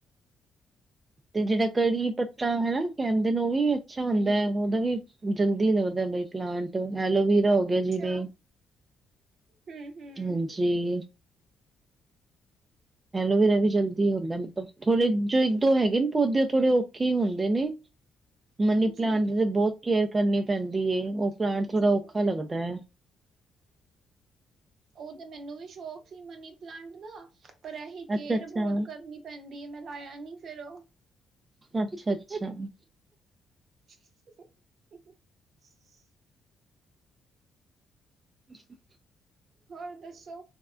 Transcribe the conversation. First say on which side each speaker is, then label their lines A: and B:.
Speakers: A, on the right; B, on the right.
A: ਤੇ ਜਿਹੜਾ ਕੜੀ ਪੱਤਾ ਹੈਨਾ ਕਹਿੰਦੇ ਨੇ ਉਹ ਵੀ ਅੱਛਾ ਹੁੰਦਾ ਹੈ ਉਹਦਾ ਵੀ ਜਲਦੀ ਲੱਗਦਾ ਬਈ ਪਲਾਂਟ ਐਲੋਵੀਰਾ ਹੋ <unintelligible>
B: ਅੱਛਾ
A: ਨੇ
B: ਹੂੰ ਹੂੰ
A: ਹਾਂਜੀ। ਐਲੋਵੀਰਾ ਵੀ ਜਲਦੀ ਹੁੰਦਾ ਮਤਲਬ ਥੋੜੇ ਜੋ ਇਕ ਦੋ ਹੈਗੇ ਨੇ ਪੌਦੇ ਉਹ ਥੋੜੇ ਔਖੇ ਹੀ ਹੁੰਦੇ ਨੇ। ਮਨੀ
B: ਜੀ
A: ਪਲਾਂਟ ਤੇ ਬਹੁਤ ਕੇਅਰ ਕਰਨੀ ਪੈਂਦੀ ਉਹ ਪਲਾਂਟ
B: ਹਾਂਜੀ
A: ਥੋੜ੍ਹਾ ਔਖਾ
B: ਉਹ ਤੇ
A: ਲੱਗਦੈ।
B: ਉਹ ਮੈਨੂੰ ਵੀ ਸ਼ੌਕ ਸੀ ਮਨੀ ਪਲਾਂਟ ਦਾ ਪਰ ਅਸੀ ਕੇੇਅਰ
A: ਅੱਛਾ-ਅੱਛਾ,
B: ਬਹੁਤ ਕਰਨੀ ਪੈਂਦੀ ਏ ਮੈਂ ਲਾਇਆ ਨੀ ਫੇਰ ਉਹ
A: ਅੱਛਾ, ਅੱਛਾ।
B: <inaudible>
A: ਅੱਛ <inaudible>
B: ਹੋਰ ਦੱਸੋ।